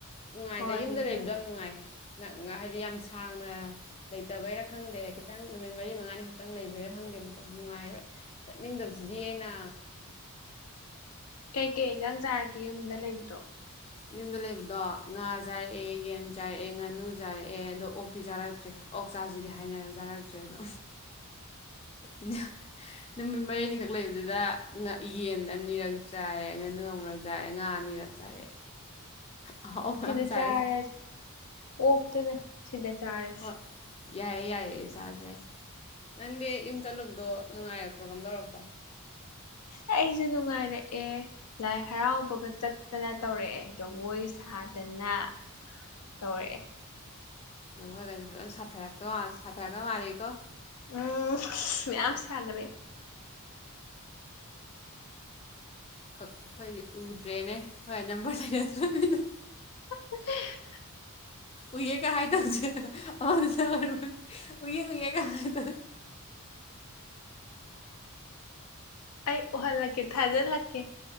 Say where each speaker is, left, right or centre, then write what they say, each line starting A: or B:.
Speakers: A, on the left (about 25°); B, on the left (about 90°).
A: ꯅꯨꯡꯉꯥꯏꯗ
B: ꯍꯣꯏ
A: ꯌꯨꯝꯗ
B: ꯅꯤꯡꯁꯤꯡꯉꯦ
A: ꯂꯩꯕꯗꯣ ꯌꯥꯝ ꯅꯨꯡꯉꯥꯏ ꯍꯥꯏꯗꯤ ꯌꯥꯝ ꯁꯥꯡꯅ ꯂꯩꯇꯕꯩꯔꯥ ꯈꯪꯗꯦ ꯈꯤꯇꯪ ꯅꯨꯃꯤꯠ ꯃꯔꯤ ꯃꯉꯥꯅꯤ ꯈꯛꯇꯪ ꯂꯩꯕꯩꯔꯥ ꯈꯪꯗꯦꯕꯀꯣ ꯅꯨꯡꯉꯥꯏꯕ ꯆꯠꯅꯤꯡꯗꯕꯁꯤꯗꯤ ꯑꯩꯅ
B: ꯀꯩꯀꯩ ꯏꯟꯖꯥꯡ ꯆꯥꯔꯛꯀꯦ ꯌꯨꯝꯗ ꯂꯩꯕꯗꯣ
A: ꯌꯨꯝꯗ ꯂꯩꯕꯗꯣ ꯉꯥ ꯆꯥꯔꯛꯑꯦ ꯌꯦꯟ ꯆꯥꯔꯛꯑꯦ ꯉꯥꯅꯨ ꯆꯥꯔꯛꯑꯦ ꯑꯗꯣ ꯑꯣꯛꯇꯤ ꯆꯥꯔꯛꯇ꯭ꯔꯦ ꯑꯣꯛ ꯆꯥꯁꯤꯗꯤ ꯍꯥꯏꯅꯔ ꯆꯥꯔꯛꯇ꯭ꯔꯦ ꯑꯗꯣ ꯏ ꯅꯨꯃꯤꯠ ꯃꯔꯤꯅꯤꯈꯛ ꯂꯩꯕꯗꯨꯗ ꯌꯦꯟ ꯑꯅꯤꯔꯛ ꯆꯥꯔꯦ ꯉꯥꯅꯨ ꯑꯃꯨꯔꯛ ꯆꯥꯔꯦ ꯉꯥ ꯑꯅꯤꯔꯛ ꯆꯥꯔꯦ
B: <inaudible>
A: ꯑꯍꯥꯎꯕ
B: ꯁꯤꯗ
A: ꯌꯥꯝ ꯆꯥꯔꯦ
B: ꯆꯥꯔꯁꯤ ꯑꯣꯛꯇꯨꯅ ꯁꯤꯗ ꯆꯥꯔꯁꯤ
A: ꯍꯣꯏ ꯌꯥꯏꯌꯦ ꯌꯥꯏꯌꯦ ꯆꯥꯥꯁꯦ ꯅꯪꯗꯤ ꯌꯨꯝ ꯆꯠꯂꯨꯝꯗꯣ ꯅꯨꯡꯉꯥꯏꯔꯛꯄ꯭ꯔꯣ ꯀꯝ ꯗꯧꯔꯛꯄ
B: ꯑꯦ ꯑꯩꯁꯨ ꯅꯨꯡꯉꯥꯏꯔꯛꯑꯦ ꯂꯥꯏ ꯍꯔꯥꯎꯕꯒ ꯆꯠꯇꯅ ꯇꯧꯔꯛꯑꯦ ꯖꯒꯣꯏ ꯁꯥꯗꯅ ꯇꯧꯔꯛꯑꯦ꯫
A: ꯂꯉꯣꯏꯒꯁꯦ ꯐꯖꯅ ꯁꯥꯊꯔꯛꯇ ꯁꯥꯊꯔꯛꯇꯧ ꯃꯥꯜꯂꯤꯀꯣ
B: ꯎꯝ ꯃꯌꯥꯝꯁꯒ꯭ꯔꯦ
A: ꯑꯩꯈꯣꯏꯗꯤ ꯎꯗ꯭ꯔꯦꯅꯦ ꯍꯣꯏ ꯅꯝꯕꯔ ꯂꯩꯅ ꯇ꯭ꯔꯃꯤꯅ
B: <unintelligible>
A: ꯎꯌꯦ ꯀ ꯍꯥꯏ ꯇ ꯍꯧꯦꯖ꯫ ꯎ ꯎꯏꯦꯒ ꯍꯥꯏꯗ
B: ꯑꯩ ꯑꯣꯍꯜ ꯂꯀꯦ ꯊꯥꯖꯜ ꯂꯛꯀꯦ꯫